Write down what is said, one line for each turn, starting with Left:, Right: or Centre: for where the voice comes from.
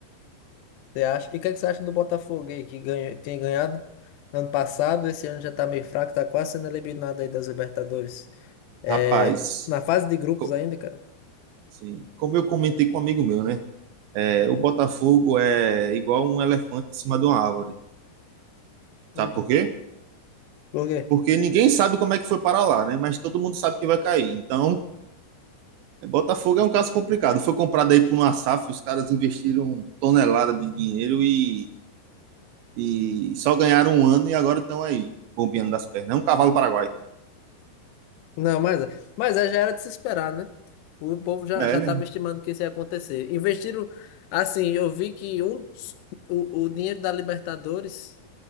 Left: Você acha? E o que, é que você acha do Botafogo aí, que ganha, tem ganhado ano passado, esse ano já tá meio fraco, tá quase sendo eliminado aí das Libertadores. É,
Right: Rapaz,
Left: na fase de grupos
Right: co-
Left: ainda, cara.
Right: assim, como eu comentei com um amigo meu, né? É, o Botafogo é igual um elefante em cima de uma árvore.
Left: Hum.
Right: Sabe por quê?
Left: Por quê?
Right: Porque ninguém sabe como é que foi parar lá, né? Mas todo mundo sabe que vai cair. Então, Botafogo é um caso complicado. Foi comprado aí por uma SAF, os caras investiram tonelada de dinheiro e, e só ganharam um ano e agora estão aí, bombeando das pernas. É um cavalo paraguai.
Left: Não, mas, é- mas é, já era de se esperar, né? O povo já,
Right: É,
Left: já
Right: né?
Left: estava estimando que isso ia acontecer. Investiram, assim, eu vi que um, o, o dinheiro da Libertadores